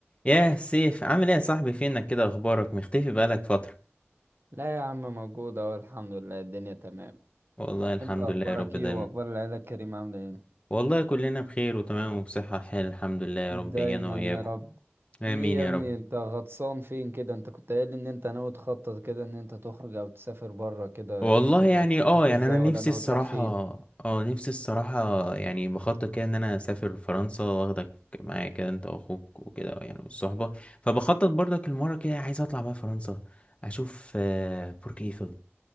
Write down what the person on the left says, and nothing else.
ياه سيف عامل ايه يا صاحبي فينك كده اخبارك مختفي بقالك فترة
والله الحمد
لله يا رب دايما
والله كلنا بخير وتمام وبصحة الحال الحمد لله يا رب
انا وياكم
امين
يا
رب
والله
يعني
اه يعني
انا نفسي
الصراحة
اه نفسي الصراحة يعني بخطط كده ان انا اسافر فرنسا واخدك معايا كده انت واخوك وكده يعني والصحبة فبخطط برضك المرة كده عايز اطلع بقى فرنسا اشوف آه، برج ايفل